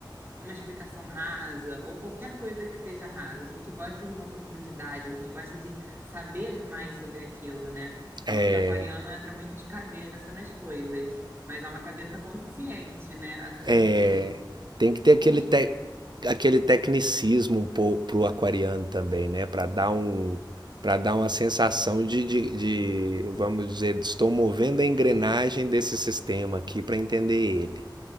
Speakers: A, on the right; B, on the right.
A: uma explicação rasa ou qualquer coisa que seja rasa. A gente gosta de uma profundidade, a gente gosta de saber mais sobre aquilo, né? Falam
B: É.
A: que aquariano entra muito de cabeça nas coisas, mas é uma cabeça consciente, né? Acima
B: É.
A: de tudo.
B: Tem que ter aquele,
A: O que
B: te... aquele tecnicismo um pouco pro aquariano também, né? Para dar um para dar uma sensação de, de, de, vamos dizer, estou movendo a engrenagem desse sistema aqui para entender ele.